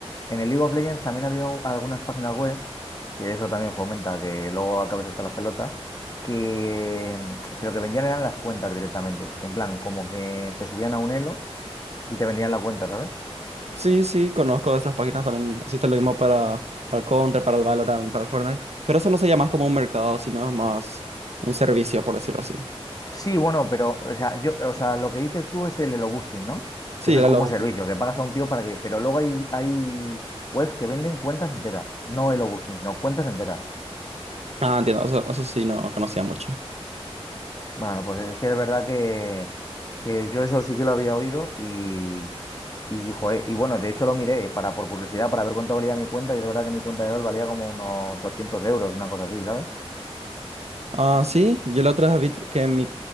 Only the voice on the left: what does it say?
En el League of Legends también había algunas páginas web, que eso también fomenta que luego acabes hasta las pelotas, que, mm, que lo que vendían eran las cuentas directamente. En plan, como que te subían a un elo y te vendían la cuenta, ¿sabes?
Sí, bueno, pero, o sea, yo, o sea, lo que dices tú es el elo boosting, ¿no?
Que eso
es como
un
servicio, que pagas a un tío para que. Pero luego hay, hay webs que venden cuentas enteras, no elo boosting, sino cuentas enteras.
Bueno, pues es que es verdad que, que yo eso sí que lo había oído y. Y, joder, y bueno, de hecho lo miré para, por curiosidad para ver cuánto valía mi cuenta y es verdad que mi cuenta de LOL valía como unos 200 euros, una cosa así, ¿sabes?